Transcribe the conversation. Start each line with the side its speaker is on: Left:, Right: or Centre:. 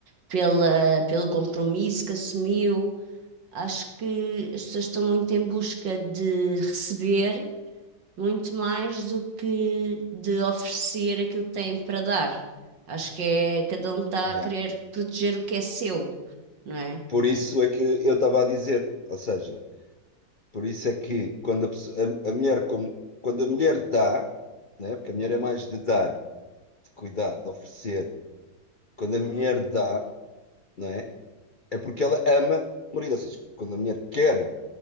Right: pela, pelo compromisso que assumiu. Acho que as pessoas estão muito em busca de receber muito mais do que de oferecer aquilo que têm para dar. Acho que é, cada um está
Left: Yeah.
Right: a querer proteger o que é seu, não é?
Left: Por isso é que eu estava a dizer, ou seja. Por isso é que quando a, pesso- a- a mulher, com- quando a mulher dá, né? porque a mulher é mais de dar, de cuidar, de oferecer, quando a mulher dá, não é? É porque ela ama o marido. Ou seja, quando a mulher quer